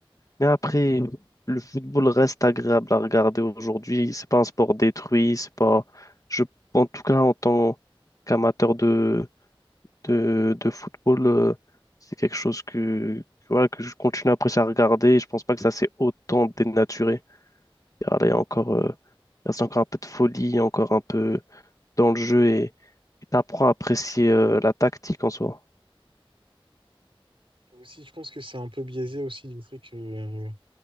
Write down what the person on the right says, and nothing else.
Aussi, je pense que c'est un peu biaisé aussi du fait que euh,